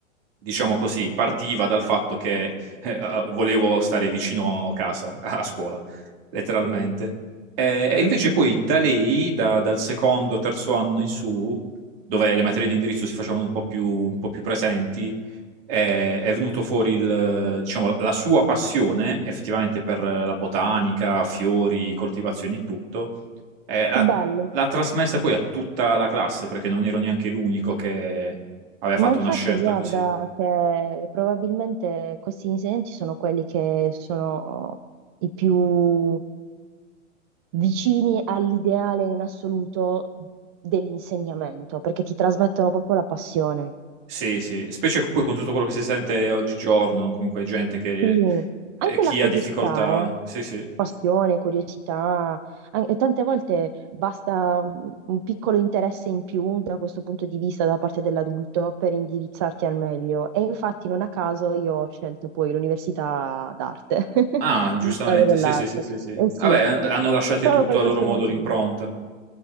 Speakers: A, on the right; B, on the right.
A: Diciamo così, partiva dal fatto che eh, volevo stare vicino casa, a a scuola, letteralmente. Eh, E invece poi da lei, da- dal secondo, terzo anno in su, dove le materie di indirizzo si facevano un po' più, un po' più presenti, è, è venuto fuori il, diciamo, la sua passione effettivamente per la botanica, fiori, coltivazioni e tutto. Eh, l'ha,
B: che bello.
A: l'ha trasmessa poi a tutta la classe, perché non ero neanche l'unico che aveva
B: Ma
A: fatto
B: infatti
A: una scelta
B: guarda
A: così.
B: che probabilmente questi insegnanti sono quelli che sono i più vicini all'ideale in assoluto dell'insegnamento, perché ti trasmettono proprio la passione.
A: Sì, sì, specie poi con tutto quello che si sente oggigiorno, comunque gente che
B: Quindi
A: eh,
B: anche
A: chi
B: la curiosità,
A: ha difficoltà.
B: eh.
A: Sì, sì.
B: passione, curiosità, an- e tante volte basta un un piccolo interesse in più da questo punto di vista da parte dell'adulto per indirizzarti al meglio. E infatti non a caso io ho scelto poi l'università d'arte, <laughs>
A: Ah, giustamente,
B: di storia dell'arte.
A: sì, sì, sì, sì, sì.
B: Eh sì,
A: Vabbè, hanno lasciato
B: proprio
A: tutto
B: per
A: a
B: questo
A: loro modo
B: motivo.
A: l'impronta.